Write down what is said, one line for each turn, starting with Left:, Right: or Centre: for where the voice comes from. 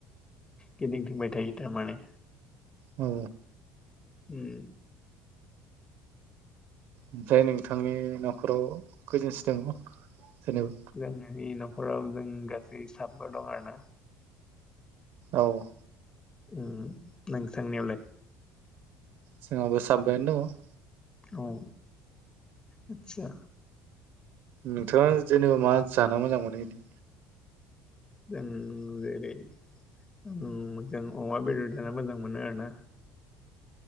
Left: गिदिंथिंबाय थायो थारमाने।
Right: औ।
Left: उम।
Right: ओमफ्राय नोंथांनि न'खराव खैजोनसो दङ? जेनेबा
Left: जोंहानि नख खराव जों गासै साबा दं आर <inaudible> ना
Right: औ।
Left: उ नोंथांनियावलाय?
Right: जोंहाबो साबायानो दङ'।
Left: औ आतसा।
Right: नोंथाङा जेनेबा मा जानो मोजां मोनो बिदि?
Left: जों जेरै उ जों अमा बेदर जानो मोजां मोनो आरोना